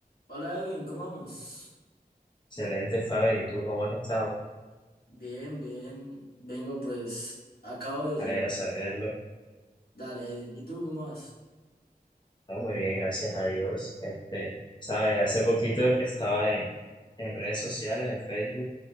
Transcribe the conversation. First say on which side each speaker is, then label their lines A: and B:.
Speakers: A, on the left; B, on the left.
A: Hola Edwin, ¿cómo vamos?
B: Excelente, Faber. ¿Y tú cómo has estado?
A: Bien, bien. Vengo pues, acabo de llegar.
B: Me alegra saberlo.
A: Dale, Edwin. ¿Y tú cómo vas?
B: No, muy bien, gracias a Dios. Este, sabes, hace poquito estaba en, en redes sociales, en Facebook,